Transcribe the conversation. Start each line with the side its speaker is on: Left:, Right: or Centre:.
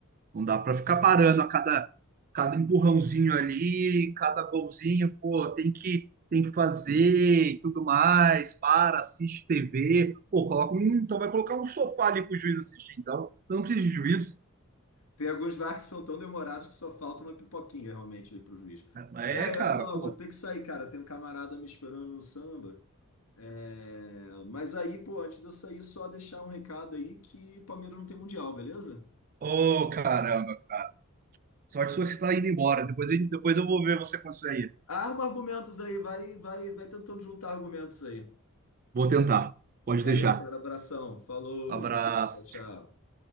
Right: Não dá para ficar parando a cada, cada empurrãozinho ali, cada golzinho, pô, tem que, tem que fazer e tudo mais, para, assiste TV, pô, coloca um, então vai colocar um sofá ali pro juiz assistir, então, eu não preciso de juiz.
Left: Tem alguns VAR que são tão demorados que só falta uma pipoquinha realmente ali pro juiz.
Right: É,
Left: Véi,
Right: cara,
Left: olha só,
Right: pô.
Left: vou ter que sair, cara. Tem um camarada me esperando no samba. É, Mas aí, pô, antes de eu sair, só deixar um recado aí que o Palmeiras não tem mundial, beleza?
Right: Ô, caramba. Sorte sua que você tá indo embora. Depois, a gente- depois eu vou ver você com isso aí.
Left: Arma argumentos aí, vai, vai, vai tentando juntar argumentos aí.
Right: Vou tentar. Pode
Left: Valeu,
Right: deixar.
Left: cara. Abração. Falou.
Right: Abraço.
Left: Tchau, tchau.